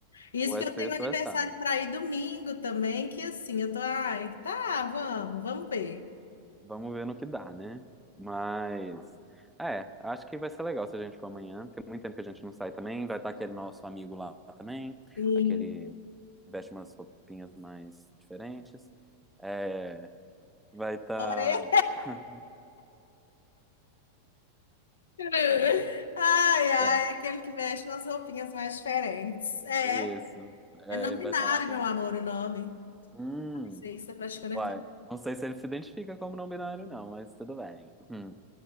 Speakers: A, on the left; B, in the centre.
A: Isso
B: ou é
A: que eu
B: sexta
A: tenho aniversário
B: ou é sábado.
A: para ir domingo também, que assim, eu tô, ai, tá, vamos,
B: Hum,
A: vamos ver.
B: Vamos ver no que dá, né? Mas, é, acho que vai ser legal se a gente for amanhã. Tem muito tempo que a gente não sai também. Vai estar aquele nosso amigo lá também,
A: Sim,
B: aquele que veste umas roupinhas mais diferentes. É, vai estar.
A: adorei.
B: <laughs>
A: <laughs> Ai, ai,
B: É,
A: aquele que veste umas roupinhas mais diferentes. É,
B: isso. É,
A: é não
B: ele
A: binário,
B: vai estar lá também.
A: meu amor, o nome.
B: Hum.
A: Ai, sei, Isso é praticando
B: Vai.
A: heterossexual.
B: Não sei se ele se identifica como não binário, não, mas tudo bem. Hum.